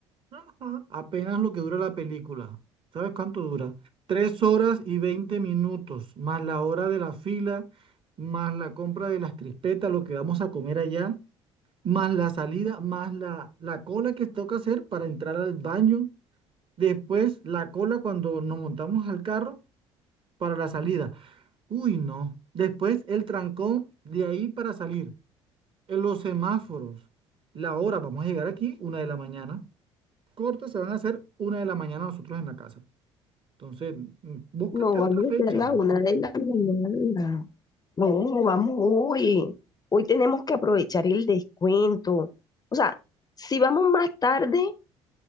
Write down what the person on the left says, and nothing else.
No,
vamos
a ser la una de la mañana. No, vamos hoy. Hoy tenemos que aprovechar el descuento. O sea, si vamos más tarde,